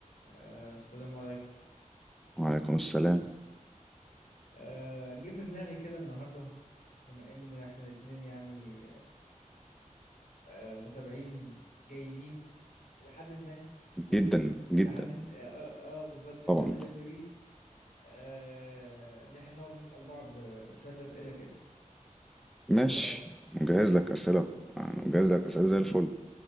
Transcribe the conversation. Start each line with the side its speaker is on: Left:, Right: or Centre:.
Left: آه السلام عليكم
Centre: وعليكم السلام
Left: آه جه في دماغي كده النهارده بما ان احنا الاتنين يعني آه متابعين جيدين الى حد ما
Centre: جدا جدا
Left: الى حد <laughs> اه, آه, آه بالظبط ال
Centre: طبعا
Left: WWE آه ان احنا نقعد نسأل بعض آه، شوية أسئلة كده
Centre: ماشي
Left: ايه رأيك
Centre: مجهز لك أسئلة أنا مجهز لك أسئلة زي الفل